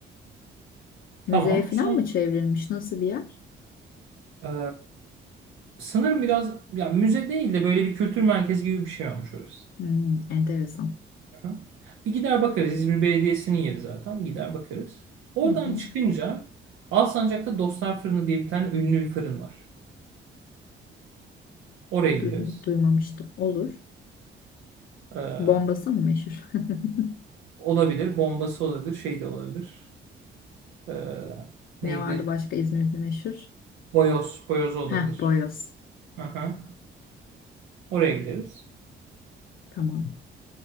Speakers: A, on the left; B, on the right.
A: Müzeye
B: Tamam.
A: falan
B: Son,
A: mı çevrilmiş? Nasıl bir yer?
B: e, sanırım biraz ya müze değil de böyle bir kültür merkezi gibi bir şey olmuş orası.
A: Hmm, enteresan.
B: Hı hı. Bir gider bakarız. İzmir Belediyesi'nin yeri zaten. Gider bakarız. Oradan
A: Hı hı.
B: çıkınca Alsancak'ta Dostlar Fırını diye bir tane ünlü bir fırın var. Oraya
A: Du-
B: gideriz.
A: duymamıştım. Olur.
B: Ee,
A: Bombası mı meşhur? <laughs>
B: olabilir. Bombası olabilir. Şey de olabilir. Ee,
A: Ne
B: neydi?
A: vardı başka İzmir'de meşhur?
B: Boyoz. Boyoz olabilir.
A: Heh, boyoz.
B: Aha. Oraya gideriz.
A: Tamam.